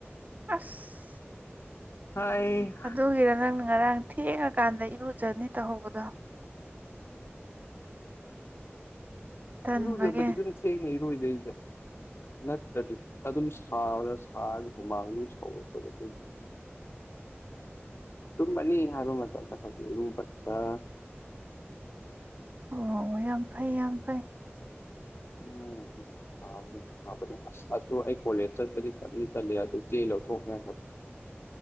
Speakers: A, on the right; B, on the left.
A: ꯑꯁ
B: ꯍ <unintelligible>
A: ꯑꯗꯨꯒꯤꯔ ꯅꯪꯅ ꯉꯔꯥꯡ ꯊꯦꯡꯉꯀꯥꯟꯗ ꯏꯔꯨꯖꯅꯤ ꯇꯧꯍꯧꯕꯗꯣ ꯇꯟꯕꯒꯤ
B: ꯏꯔꯖ ꯑꯗꯨ ꯅ ꯏꯔꯨ ꯂꯩꯗ ꯅꯠꯇ꯭ꯔꯗꯤ ꯑꯗꯨꯝ ꯁꯥꯔ ꯁꯥꯔꯒ ꯍꯨꯃꯥꯡ ꯑꯗꯨꯝ ꯁꯥꯎꯔꯛꯄꯗꯗꯒꯤ ꯇꯨꯝꯕꯅꯤ ꯍꯥꯏꯕ ꯃꯇꯝꯗ ꯈꯔꯨꯕꯗ
A: ꯑꯣ ꯌꯥꯝ ꯐꯩ ꯌꯥꯝ ꯐꯩ
B: ꯎꯝ ꯍꯥꯎꯅꯦ ꯍꯥꯎ ꯑꯗꯨ ꯑꯁ ꯑꯗꯨ ꯑꯩ ꯀꯣꯂꯦꯖ ꯆꯠꯄꯗꯤ ꯇꯟꯗꯤ ꯇꯟꯂꯦ ꯑꯗꯨ ꯆꯦ ꯂꯧꯊꯣꯛꯅꯤ ꯍꯥꯏ